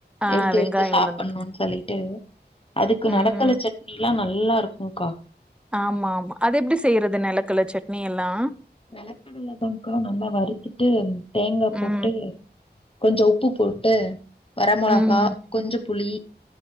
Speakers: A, in the centre; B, on the left (about 30°).
A: ஆ
B: எடுத்து
A: வெங்காய
B: எடுத்து சாப்ட்ணும்னு
A: உளுந்து
B: சொல்லிட்டு அதுக்கு
A: ம்
B: நடக்கல சட்னி எல்லாம் நல்லா இருக்கும்கா
A: ஆமா ஆமா அது எப்படி செய்யறது நெலக்கல சட்னி எல்லா
B: நெலகடல தான்கா நல்லா வறுத்துட்டு தேங்கா போட்டு
A: ம்
B: கொஞ்சம் உப்பு போட்டு வர மளகா
A: ம்
B: கொஞ்சம் புளி